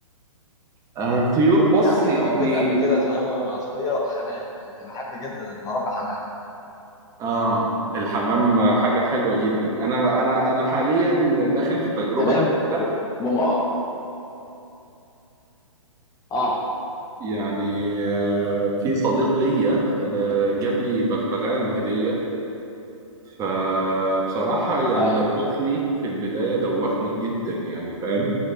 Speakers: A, on the right (about 20°); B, on the left (about 20°).
A: آه، الطيور بص
B: يعني
A: يعني
B: ربيت قبل كده زمان وانا صغير حمام كنت بحب جدا ان اربي حمام
A: اه الحمام حاجة حلوة جدا انا انا انا حاليا داخل في تجربة
B: تمام
A: جديدة
B: و... وما اه
A: يعني آه، في صديق ليا آه، جاب لي بغبغان هدية فبصراحة يعني
B: ايوه
A: دوخني في البداية دوخني جدا يعني فاهم